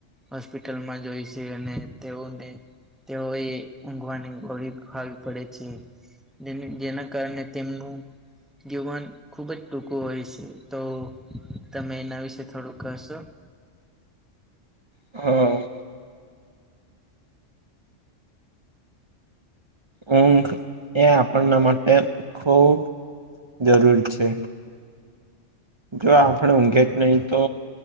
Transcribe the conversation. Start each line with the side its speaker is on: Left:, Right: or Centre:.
Centre: હોસ્પિટલમાં જોય છે, અને તેઓને તેઓ એ ઊંઘવાની ગોળી ખાવી પડે છે. જેની જેના કારણે તેમનું જીવન ખુબજ દુઃખ તું હોય છે, તો તમે એના વિશે થોડુંક કશો.
Right: હા. ઊંઘ એ આપણના માટે ખૂબ જરૂરી છે. જો આપણે ઊંઘે જ નહીં તો